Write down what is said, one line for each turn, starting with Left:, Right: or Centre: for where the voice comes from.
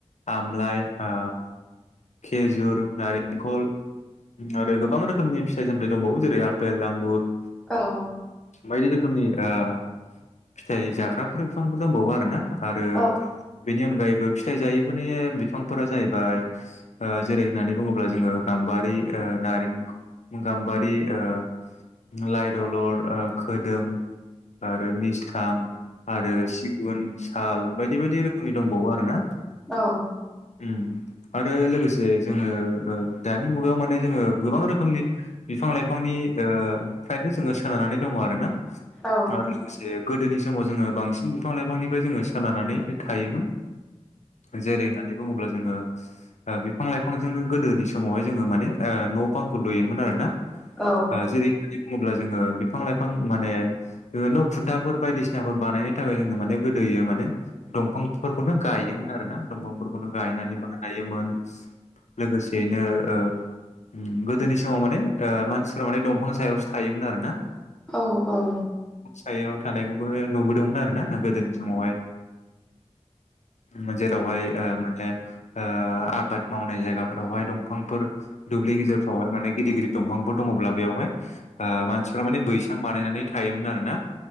Left: आमलाइ ओ खेजुर नारेंखल आरो गोबां रोखोमनि फिथाइ सामथाइ दंबावो जेरै आपेल आंगुर
Centre: औ
Left: बायदि रोखोमनि ओ फिथाइ जाग्राफोर फिफांफोर दंबावो आरोना आरो
Centre: औ
Left: बेनि अनगायैबो फिथाइ जायैफोरनि बिफांफोरा जाहैबाय ओ जेरै होननानै बुङोब्ला जोङो गाम्बारि ओ नारेंख गाम्बारि ओ लाइ दलर खोदोम आरो मिस्थाम आरो सिगुन साल बायदि बायदि रोख खै दंबावो आरोना
Centre: औ
Left: उम आरो लोगोसे जोङो दानि मुगायाव माने जोङो गोबां रोखोमनि बिफां लाइफांनि ओ फ्रायनो जोङो सोनारनानै दङ आरोना
Centre: औ
Left: <unintelligible> गोदोनि समाव जोङो बांसिन बिफां लाइफांनिफ्राय जोङो सोनारानानै थायोमोन जेरै होननानै बुङोब्ला जोङो बिफां लाइफांजोंनो गोदोनि समावहाय जोङो माने ओ न'बांखौ लुयोमोन आरो ना ओ
Centre: औ
Left: जेरै बुङोब्ला जोङो बिफां लाइफां माने ओ न' खुन्थाफोर बायदिसिनाफोर बानायनो थाखाय जोङो माने गोदोयो माने दमफां फोरखौनो गायोमोन आरो ना दमफांफोरखौनो गायनानै बानायोमोन लोगोसे बेनो ओ ओम गोदोनि समाव माने ओ मानसिफोरा माने दमफां सायावसो थायोमोन आरो ना
Centre: औ औ
Left: सायाव थानायखौबो नुबोदोंमोन आरोना गोदोनि समावहाय म जेरावहाय ओ मो ओ ओ आबाद मावनाय जायगाफोरावहाय दंफांफोर दुब्लि गेजेरफ्रावहाय माने गिदि गिदिर दंफांफोर दङब्ला बेवहाय ओ मानसिफोरा माने बैस फ्राम बानायनानै थायोमोन आरोना